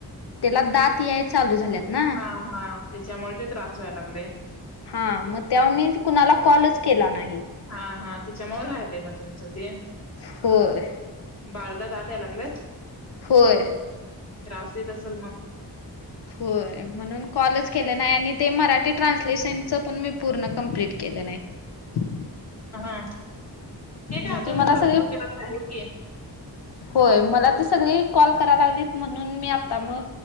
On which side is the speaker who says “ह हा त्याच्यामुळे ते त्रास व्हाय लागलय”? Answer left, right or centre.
Left